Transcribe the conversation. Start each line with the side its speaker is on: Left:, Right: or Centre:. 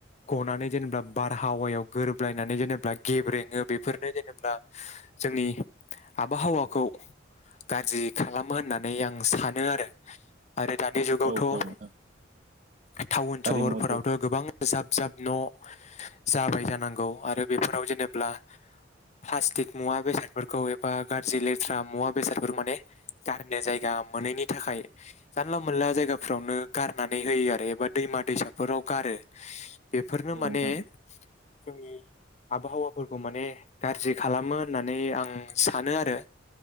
Left: गनानै जेनेबा बारहावायाव गोरोबलायनानै जेनेब्ला गेब्रेङो बेफोरनो जेनेबा जोंनि आबहावाखौ गाज्रि खालामो होननानै आं सानो आरो आरो दानि जुगावथ'
Right: औ औ नोंथां
Left: टाउन
Right: गारि
Left: सहरफोरावथ'
Right: मथर
Left: गोबां जाब जाब न' जाबाय जानांगौ आरो बेफोराव जेनेब्ला प्लास्टिक मुवा बेसादफोरखौ एबा गाज्रि लेथ्रा मुवा बेसादफोरखौ माने गारनो जायगा गा मोनैनि थाखाय जानला मोनला जायगाफोरावनो गारनानै होयो आरो एबा दैमा दैसाफोराव गारो बेफोरनो
Right: औ नोंथां
Left: माने जोंनि आबहावाफोरखौ माने गाज्रि खालामो होननानै आं सानो आरो